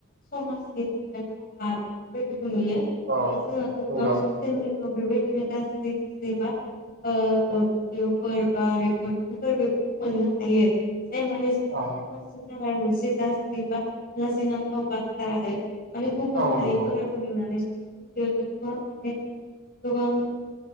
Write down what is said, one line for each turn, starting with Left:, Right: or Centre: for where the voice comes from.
Left: समाजनि थाखाय खहा बेफोरबायदिबो नुयो
Right: औ
Left: दा जोङो गोबां
Right: नंगौ
Left: <unintelligible> <unintelligible> बेबायदिनो गाज्रि गाज्रि बा ओ भिडअफोर बा रेकर्डंफोरबो खालामनो हायो जाय माने जोंनि
Right: औ
Left: समाजनि थाखाय मोनसे गाज्रि बा लाजिनांथाव बाथ्रा आरो माने गुबुन
Right: औ
Left: हारिफोराबो
Right: नंगौ
Left: नुनानै ससियेल मिडियावथ' गोबां माने गोबां <unintelligible>